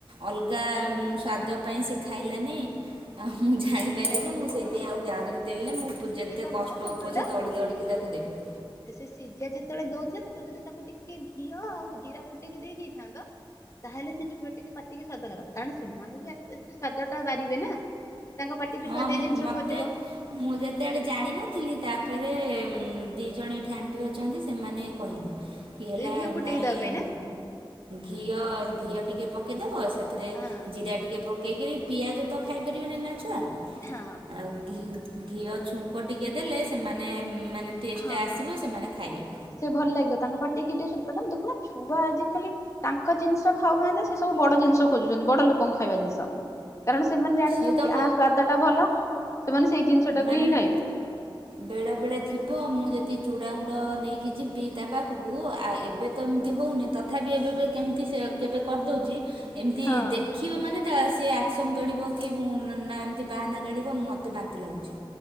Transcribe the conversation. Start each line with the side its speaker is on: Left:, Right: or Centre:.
Right: ଅଲଗା ସ୍ଵାଦ ପାଇଁ ସେ ଖାଇଲାନି। ହ ମୁଁ ଜାଣିି ଦେଲିନି
Left: ନାଇଁ
Right: ନା ମୁଁ
Left: ଯେତେବେଳେ
Right: ସେଇଥିପାଇଁ ଆଉ
Left: ତାକୁ
Right: ଜାଣିକି ଦେଲି ନା ମୁଁ ଯେତେ
Left: ଇଏ ଦବ
Right: କଷ୍ଟ
Left: କଣ
Right: ହଉପଚ୍ଛେ
Left: କହିଲ
Right: ଦଳି ଦଳିକି ତାକୁ ଦେବି।
Left: ସେ ସିଝା ଯେତେବେଳେ ଦଉଥିଲା ସେତେବେଳେ ଯଦି ତାକୁ ଟିକେ ଘିଅ ଆଉ ଜିରା ଫୁଟେଇକି ଦେଇଦେଇଥାନ୍ତ। ତାହେଲେ ସେ ଛୁଆ ଟିକେ ପାଟିିକି ସ୍ଵାଦ ଲାଗନ୍ତା କାରଣ ସେମାନେ ବି ଆସ୍ତେ ଆସ୍ତେ ସ୍ଵାଦ ଟା ବାରିବେ ନା? ତାଙ୍କ ପାଟି ବି
Right: ହଁ
Left: ସୁ୍ଆଦିଆ ଜିନିଷ
Right: ମତେ
Left: ଖୋଜିବ?
Right: ମୁଁ ଯେତେବେଳେ ଜାଣିନଥିଲି ତାପରେ ଦି ଜଣ ଏଠି ଆଣ୍ଟି ଅଛନ୍ତି ସେମାନେ କହିଲେ? କି ହେଲା
Left: ଘିଅ ଫୁଟେଇକି
Right: ନାଇଁ?
Left: ଦେବା ପାଇଁ ନା
Right: ଘିଅ ଘିଅ ଟିକେ ପକେଇଦବ ସେଥିରେ
Left: ହଁ
Right: ଜିରା ଟିକେ ପକେଇକିରି ପିଆଜ ତ ଖାଇପାରିବେନି ନା ଛୁଆ।
Left: ହଁ।
Right: ଆଉ ଘି ଘିଅ ଛୁଙ୍କ ଟିକେ ଦେଲେ ସେମାନେ ମାନେ ଟେଷ୍ଟଟା
Left: ହଁ
Right: ଆସିବ ସେମାନେ ଖାଇବେ
Left: ସେ ଭଲ ଲାଗିବ ତାଙ୍କ ପାଟିକି ଟିକେ ଦେଖୁନା ଛୁଆ ଆଜି କାଲି ତାଙ୍କ ଜିନିଷ ଖାଉନାହାନ୍ତି ସେ ସବୁ ବଡ ଜିନିଷ ଖୋଜୁଛନ୍ତି ବଡ ଲୋକଙ୍କ ଖାଇବା ଜିନିଷ। କାରଣ ସେମାନେ ଜାଣିଛନ୍ତି
Right: ସିଏ ତ
Left: ଏହା ସ୍ଵାଦଟା ଭଲ ସେମାନେ ସେଇ ଜିନିଷଟାକୁ
Right: ମାନେ
Left: ହିଁ ଖାଇବେ।
Right: ବେଳେ ବେଳେ ଥିବ ମୁଁ ଯଦି ଚୁଡ଼ାଗୁଣ୍ଡ ନେଇକି ଯିବି ତା ପାଖକୁ ଆ ଏବେ ତ ଏମତି ହଉନି। ତଥାପି ଏବେ ବେ କେମିତି କେବେ କରିଦଉଚି। ଏମିତି
Left: ହଁ
Right: ଦେ ଦେଖିବ ମାନେ ତା ସିଏ ଆକ୍ସନ୍ କରିବ କି ମୁଁ ନା ନା ଏମିତି ବାହାନା କାଢ଼ିବ ମୁଁ ମୋତେ ବାନ୍ତି ଲାଗୁଚି।